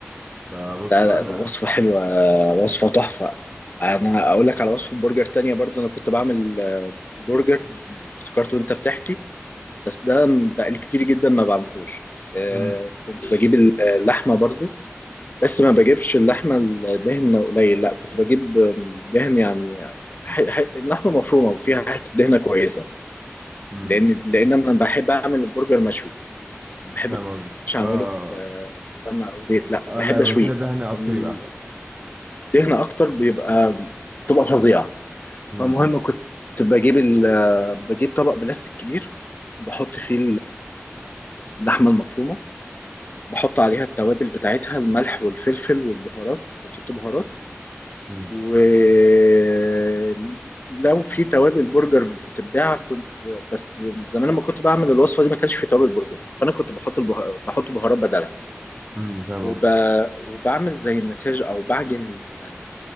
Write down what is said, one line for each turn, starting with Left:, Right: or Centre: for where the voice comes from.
Right: فبص
Left: لا
Right: بقى انا
Left: لا وصفة حلوة وصفة تحفة انا اقول لك على وصفة برجر تانية برضو انا كنت بعمل برجر افتكرت وانت بتحكي بس ده بقالي كتير جدا ما بعملهوش آه،
Right: مم.
Left: كنت بجيب اللحمة برضو بس ما بجيبش اللحمه الدهن قليل لا كنت بجيب دهن يعني ح... ح... اللحمه مفرومه وفيها حته دهنه كويسه
Right: مم.
Left: لان لان انا بحب اعمل البرجر مشوي ما بحبش
Right: فاهم قصدي اه
Left: اعمله في سمنه او زيت لا
Right: اه
Left: بحب
Right: لا لو
Left: اشويه
Right: كده دهنه اكتر
Left: الدهن
Right: يبقى احسن
Left: اكتر بيبقى بتبقى فظيعه
Right: مم.
Left: فالمهم كنت بجيب ال... بجيب طبق بلاستيك كبير بحط فيه اللحمه المفرومه بحط عليها التوابل بتاعتها الملح والفلفل والبهارات كنت بحط بهارات
Right: مم.
Left: ولو في توابل برجر بتتباع كنت بس زمان لما كنت بعمل الوصفه دي ما كانش في توابل برجر فانا كنت بحط البه... بحط بهارات بدلها
Right: مم. فاهم
Left: وب...
Right: قصدي
Left: وبعمل زي مساج او بعجن ال-